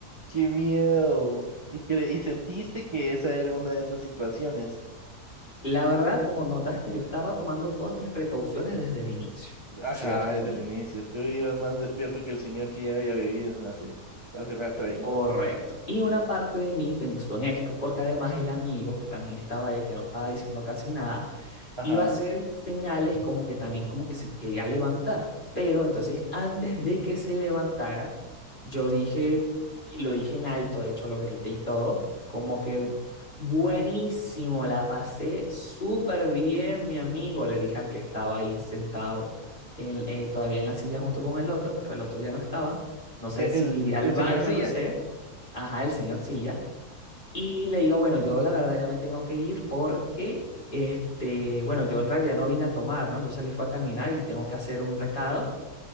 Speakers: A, on the right; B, on the left.
A: qué miedo. Y, cre- y sentiste que esa era una de esas situaciones.
B: La verdad, como notaste, yo estaba tomando todas mis precauciones desde el inicio,
A: Ajá,
B: ¿cierto?
A: desde el inicio. Tú ibas más despierto que el señor que ya había bebido hace, hace rato ahí.
B: Correcto. Y una parte de mí pensó en esto, porque además el amigo que también estaba ahí, que no estaba diciendo casi nada,
A: Ajá.
B: iba a hacer señales como que también como que se quería levantar. Pero entonces antes de que se levantara, yo dije, lo dije en alto, de hecho lo grité y todo, como que buenísimo, la pasé súper bien, mi amigo, le dije al que estaba ahí sentado en- eh, todavía en la silla junto con el otro, pero el otro ya no estaba. No sé
A: E-
B: si
A: El,
B: iría al
A: el
B: baño,
A: señor sí
B: no
A: ya.
B: sé. Ajá, el señor Silla. Y le digo, bueno, yo la verdad ya me tengo que ir porque, este, bueno, yo en realidad no vine a tomar, ¿no? Yo salí fue a caminar y tengo que hacer un recado.